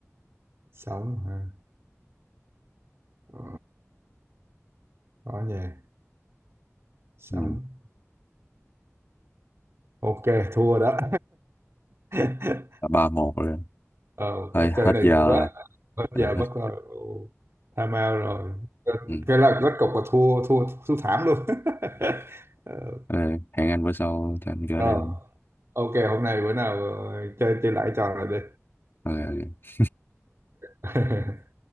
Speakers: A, on the right; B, on the left.
A: sống hả ừ, đó nha sống
B: ừ.
A: ok thua đó <laughs>
B: ba một rồi
A: ờ ok
B: thôi hết
A: chơi này
B: giờ
A: vui quá
B: rồi
A: mất
B: ừ,
A: giờ
B: hết
A: mất rồi Ồ, time out rồi cái
B: ừ.
A: cái là kết cục là thua thua thua thảm luôn <laughs> Ờ,
B: Ừ, hẹn anh bữa sau cho anh gỡ
A: rồi
B: đều
A: ok hôm nay bữa nào ờ, chơi chơi lại trò này đi
B: ok ok
A: <laughs>